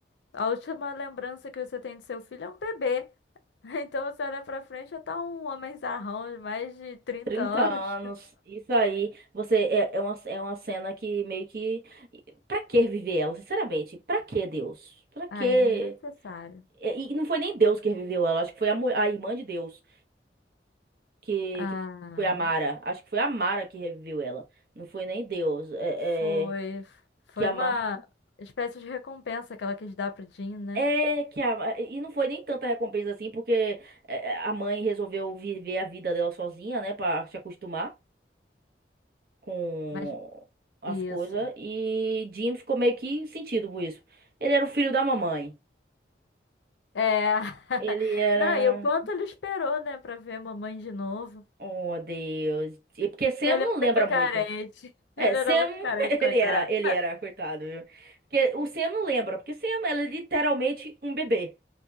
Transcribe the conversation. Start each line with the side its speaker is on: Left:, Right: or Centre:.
Left: A última lembrança que você tem do seu filho é um bebê. <laughs> Então você olha pra frente, já tá um homenzarrão de mais de trinta
Right: 30
Left: anos.
Right: anos, isso aí. Você é, é uma, é uma cena que meio que. Pra que viver ela, sinceramente? Pra que Deus? Pra que.
Left: Ai,
Right: E,
Left: desnecessário.
Right: e não foi nem Deus que reviveu ela, acho que foi a, mu- a irmã de Deus que,
Left: Ah.
Right: que foi a Mara. Acho que foi a Mara que reviveu ela. Não foi nem Deus. É,
Left: Foi,
Right: é,
Left: foi
Right: que a
Left: uma
Right: Ma-
Left: espécie de recompensa que ela quis dar pro Jim, né?
Right: É, que a... E não foi nem tanta recompensa assim, porque é, é, a mãe resolveu viver a vida dela sozinha, né, pra se acostumar com
Left: Mas
Right: as
Left: isso.
Right: coisas. E Jim ficou meio que sentido por isso. Ele era o filho da mamãe.
Left: É. <laughs>
Right: Ele era.
Left: Não, e o quanto ele esperou, né, pra ver a mamãe de novo.
Right: Oh, Deus. E Porque Sam
Left: Ele
Right: não
Left: é
Right: lembra
Left: muito
Right: muito.
Left: carente. <laughs>
Right: É,
Left: Ele
Right: Sam,
Left: era muito carente,
Right: <laughs>
Left: coitado.
Right: ele era, ele era, coitado, viu? Porque o Sam não lembra, porque Sam é literalmente um bebê.